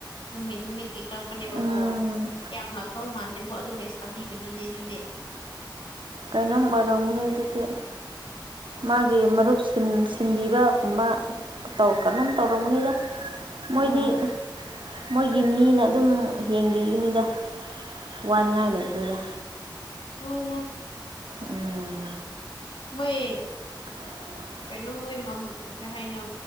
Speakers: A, on the left; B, on the right.
A: ꯅꯨꯃꯤꯠ ꯅꯨꯃꯤꯠꯀꯤ ꯇꯛꯄꯅꯦꯕꯀꯣ
B: ꯎꯝ
A: ꯀꯌꯥꯝ ꯉꯥꯛꯇꯧ ꯃꯥꯟꯗꯦꯕꯣ ꯑꯗꯨꯒ ꯄꯩꯁꯥꯕꯤꯕꯗꯨꯗꯤ ꯑꯗꯨꯗꯤ
B: ꯀꯩꯅꯣꯝ ꯑꯣꯏꯔꯝꯒꯅꯤ ꯑꯗꯨꯗꯤ ꯃꯥꯒꯤ
A: ꯎꯝ
B: ꯃꯔꯨꯞꯁꯤꯡꯟꯁꯤ ꯊꯤꯟꯕꯤꯕꯒꯨꯝꯕ ꯇꯧ ꯀꯩꯅꯣꯝ ꯇꯧꯔꯝꯒꯅꯤꯗ ꯃꯣꯏꯗꯤ
A: ꯎꯝ
B: ꯃꯣꯏꯒꯤ ꯃꯤꯅ ꯑꯗꯨꯝ ꯌꯦꯡꯕꯤꯒꯅꯤꯗ ꯋꯥꯏ ꯉꯥꯏ ꯂꯩꯇꯣꯏꯗ
A: ꯃꯣꯏꯅ
B: ꯎꯝ
A: ꯃꯌꯦꯛ
B: ꯎꯝ
A: ꯀꯩꯅꯣ ꯃꯣꯏ ꯃꯝ ꯀꯩ ꯍꯥꯏꯅꯣ